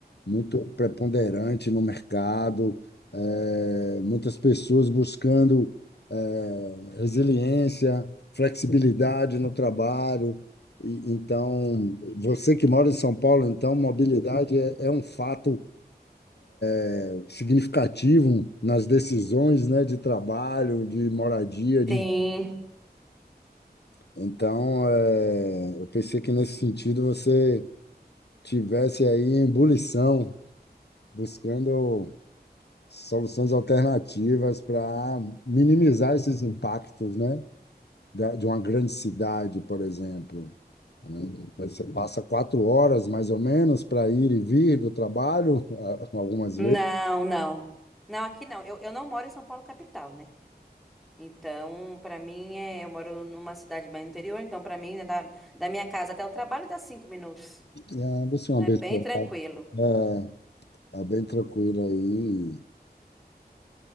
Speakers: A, on the left; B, in the centre.
A: muito preponderante no mercado. É, muitas pessoas buscando, é, resiliência, flexibilidade no trabalho. E, então, você que mora em São Paulo, então, mobilidade é, é um fato é, significativo nas decisões, né, de trabalho, de moradia, de
B: Sim.
A: Então, é, eu pensei que nesse sentido você tivesse aí em ebulição, buscando soluções alternativas para minimizar esses impactos, né? da- De uma grande cidade, por exemplo. né? Você passa quatro horas, mais ou menos, para ir e vir do trabalho, <laughs> algumas
B: Não,
A: vezes.
B: não. Não, aqui não. Eu, eu não moro em São Paulo, capital, né? Então, pra mim, é, eu moro numa cidade mais interior, então, pra mim, né, da, da minha casa até o trabalho dá cinco minutos.
A: É, você é uma
B: É
A: pessoa
B: bem tranquilo.
A: é, é tá bem tranquila aí.